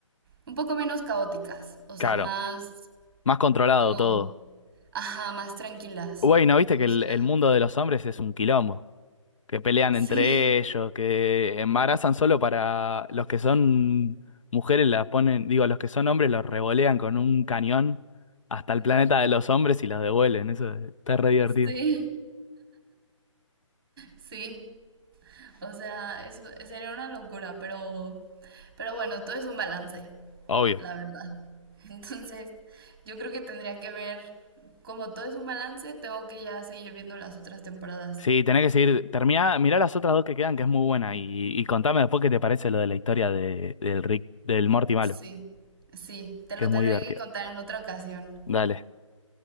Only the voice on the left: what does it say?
Claro,
más controlado
todo.
Güey, ¿no viste
que
el, el mundo de los hombres es un quilombo? que pelean
entre ellos, que embarazan solo para los que son mujeres las ponen, digo, los que son hombres los revolean con un cañón hasta el planeta de los hombres y los devuelven. Eso está re divertido.
Obvio.
Sí, tenés que seguir. Termina, mirá las otras dos que quedan, que es muy buena. Y, y contame después qué te parece lo de la historia de, del Rick, del Morty malo,
que es
muy divertida.
Dale.